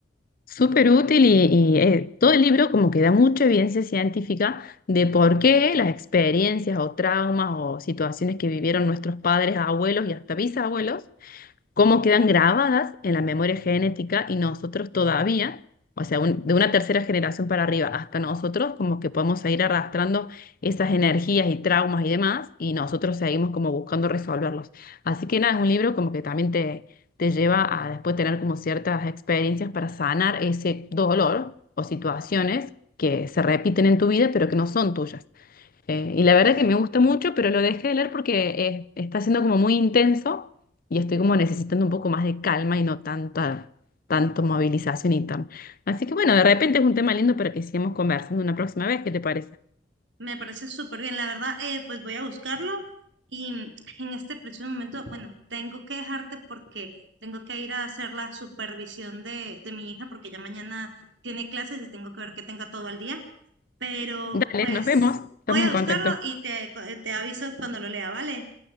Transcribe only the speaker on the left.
Súper útil y, y, eh, todo el libro como que da mucha evidencia científica de por qué las experiencias o traumas o situaciones que vivieron nuestros padres, abuelos y hasta bisabuelos cómo quedan grabadas en la memoria genética y nosotros todavía, o sea, un- de una tercera generación para arriba hasta nosotros, como que podemos seguir arrastrando esas energías y traumas y demás, y nosotros seguimos como buscando resolverlos. Así que nada, es un libro como que también te, te lleva a después tener como ciertas experiencias para sanar ese dolor o situaciones que se repiten en tu vida, pero que no son tuyas. Eh, y la verdad que me gusta mucho, pero lo dejé de leer porque eh, está siendo como muy intenso y estoy como necesitando un poco más de calma y no tanta, tanto movilización y tan. Así que bueno, de repente es un tema lindo para que sigamos conversando una próxima vez, ¿qué te parece?
Dale,
nos vemos, estamos
en contacto.